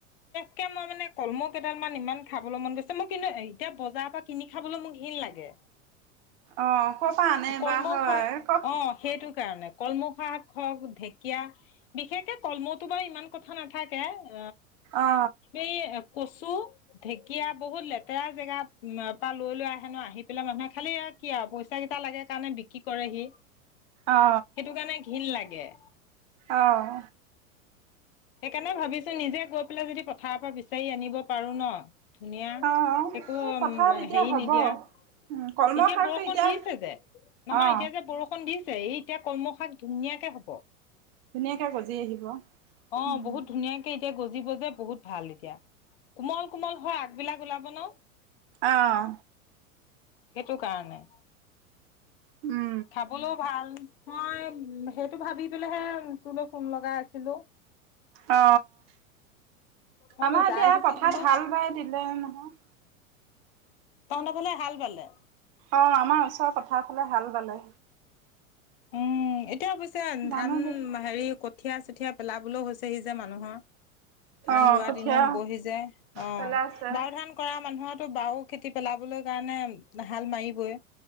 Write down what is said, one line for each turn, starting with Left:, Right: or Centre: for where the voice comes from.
Left: তাকে মই মানে কলমৌ কেইডাল মান ইমান খাবলৈ মন গৈছে মোৰ কিন্তু এতিয়া বজাৰৰ পৰা কিনি খাবলৈ মোক হীন লাগে।
Right: অ ক'পা আনে
Left: কলমৌ
Right: বা হয়
Left: শাক
Right: ক,
Left: অ', সেইটো কাৰণে কলমৌ শাক হওক ঢেকীয়া, বিশেষকে কলৰ্মতো বাৰু ইমান কথা নাথাকে অ
Right: অ
Left: এই ক ঢেকীয়া বহুত লেতেৰা জেগাত পৰা লৈ লৈ আহেনো আহি পেলাই মানুহে খালি আৰু কি আৰু পইচা কেইটা লাগে কাৰণে বিক্ৰী কৰেহি
Right: অ
Left: সেইটো কাৰণে ঘণ লাগে এ
Right: আহঁ
Left: সেইকাৰণে ভাবিছো নিজে গৈ পেলাই যদি পথাৰ পৰা বিচাৰি আনিব পাৰো ন ধুনীয়া
Right: অ
Left: একো
Right: এই
Left: উম
Right: পথাৰত এতিয়া
Left: হেৰি
Right: হ'ব
Left: নিদিয়া এতিয়া
Right: উম কলম শাকটো
Left: বৰষুণ
Right: এতিয়া
Left: দিছে যে নহয়
Right: অ
Left: এতিয়া যে বৰষুণ দিছে এই এতিয়া কলমশাক ধুনীয়াকে হব
Right: ধুনীয়াকে গজি আহিব উম
Left: অ বহুত ধুনীয়াকে এতিয়া গজিব যে বহুত ভাল এতিয়া কোমল কোমল হয় আগবিলাক ওলাব মানে
Right: আহ
Left: সেইটো কাৰণে
Right: উম
Left: খাবলৈও ভাল মই সেইটো ভাবি পলেহে তোৰলৈ ফোন লগাই আছিলো
Right: অ
Left: মই
Right: আমাৰ
Left: বোলো যাই
Right: এতিয়া
Left: যদি
Right: পথাৰত
Left: বোলো
Right: হাল বাই দিলে নহয়
Left: ত ন ভাললে হাল বালে
Right: অ আমাৰ ওচৰৰ কথা কলে হাল বালে
Left: উম এতিয়া
Right: মানুহ
Left: ধান হেৰি কঠিয় চঠিয় পেলাাবোলেও হৈছেহি যে মানুহৰ ধান
Right: অ
Left: ৰোৱা
Right: কঠীয়া
Left: দিনো হ বহি যায় অ
Right: পেলাইছে
Left: বাও ধান কৰা মানুহত বাাৰ খেতি পেলাবলৈ কাৰণে হাল মাৰিবই